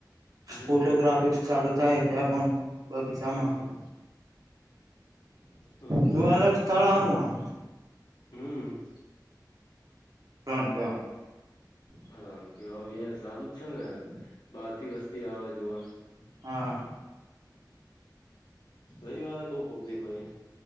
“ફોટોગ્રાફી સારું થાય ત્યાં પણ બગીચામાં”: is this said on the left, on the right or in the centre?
Right